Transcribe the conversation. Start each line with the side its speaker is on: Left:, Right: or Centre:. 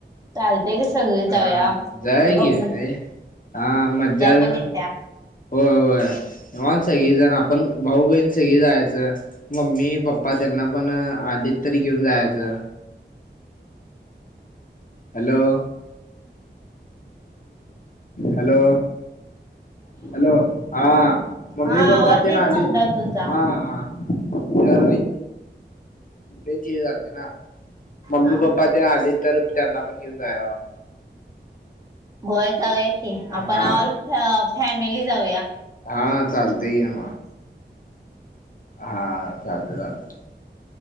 Right: चालते की सगळी जाऊया
Left: हा. जाऊया
Right: गंमत
Left: की ते हा मज्जा <unintelligible>
Right: पण येत्या
Left: होय होय. निवांत सगळीजण आपण भाऊ, बहीण सगळी जायचं. मम्मी पप्पा त्यांना पण आले तर घेऊन जायचं. हॅलो. हॅलो. हॅलो आआ.. मम्मी
Right: हा
Left: पप्पाची
Right: आवाज येत
Left: नाती..
Right: नव्हता तुझा
Left: हा हा त्या त्यांची हे चालते ना <unintelligible> मम्मी
Right: हा
Left: पप्पा जर आले, तर त्यांना पण घेऊन जाव.
Right: होय जाऊया की.
Left: हा
Right: आपण ऑल फॅमिली जाऊया.
Left: हा चालतंय की मग हा. चालत चालत